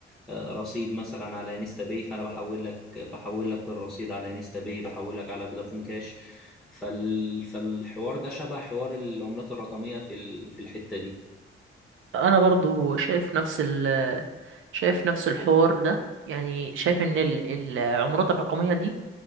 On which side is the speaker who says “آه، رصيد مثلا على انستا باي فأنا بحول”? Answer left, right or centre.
Centre